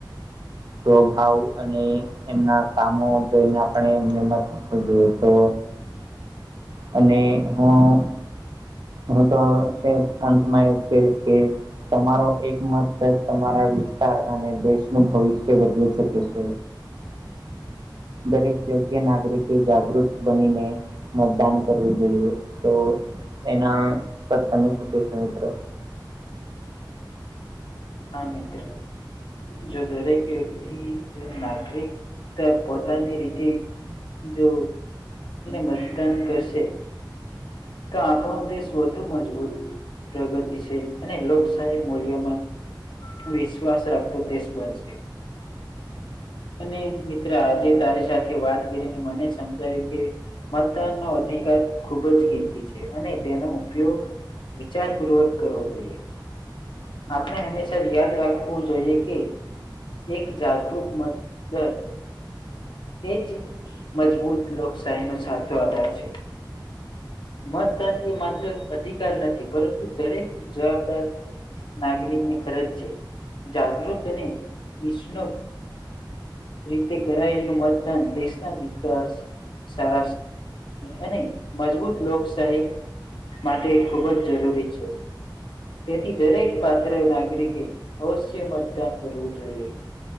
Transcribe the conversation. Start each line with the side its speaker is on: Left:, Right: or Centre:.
Right: સ્વભાવ અને એમના કામો જોઈને આપણે એમને મત આપવું જોઈએ તો અને હું હું તો અંતમાંયગ કે તમારો એક મત તમારા વિસ્તાર અને દેશનુંું ભવિષ્ય વધદલી શકે છે દરેક યોગ્ય નાગરિક એ જાગૃત બનીને મતદાન કરવું જોઈએ તો એના પર તમે શું કશો મિત્રો
Left: હા મિત્ર જો દરેક વક્તિ નાગરિકતા પોતાની રીતે જો મતદાન કરશે તો આપણો દેશ વધુ મજબૂત પ્રગતિશીલ અને લોકશાહી મૂલ્યોમાં વિશ્વાસ રાખતો દસ બનશે અને મિત્ર આજે તારી સાથે વાત કરીને મને સમજાય્યું કે મતદાનનોો અધિકાર ખૂબ જ કિંતી છે અને તેનો ઉપયોગ વિચાર પૂર્વક કરવો જોઈએ આપણે હંમેશા યાદ રાખવું જોઈએ કે એક જાગૃરૂત મદર એ જ મજબૂત લોકશાહીનોો સાચો આધાર છે મતદાન એ માત્ર અધિકાર નથી પરંતુ દરેક જવાબદાર નાગરિકની ફરજ છે જાગૃત અને નિષ્ણુ રીતે કરાયેલું મતદાન દેશના વિકાસ સાર અને મજબૂત લોકશાહી માટે ખૂબ જ જરૂરી છે તેથી દરેક પાત્ર નાગરિકે અવશ્ય મતદાન કરવું જોઈએ